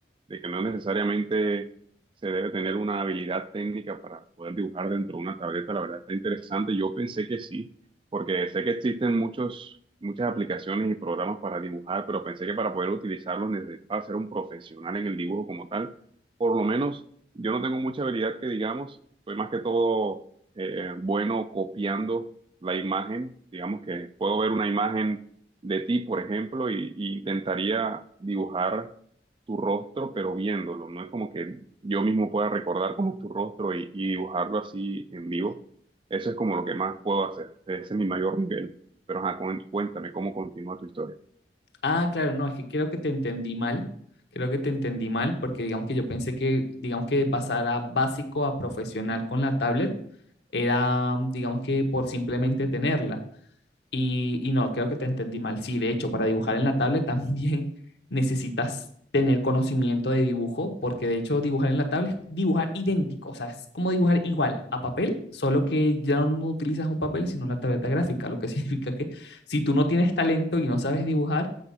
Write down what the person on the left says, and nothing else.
Ah, claro, no, es que creo que te entendí mal. Creo que te entendí mal porque digamos que yo pensé que, digamos que de pasar a básico a profesional con la tablet era, digamos que por simplemente tenerla. Y, y no, creo que te entendí mal. Sí, de hecho, para dibujar en la tablet también <laughs> necesitas tener conocimiento de dibujo, porque de hecho dibujar en la tablet es dibujar idéntico, o sea, es como dibujar igual a papel, solo que ya no utilizas un papel, sino la tableta gráfica, lo que <laughs> significa que si tú no tienes talento y no sabes dibujar,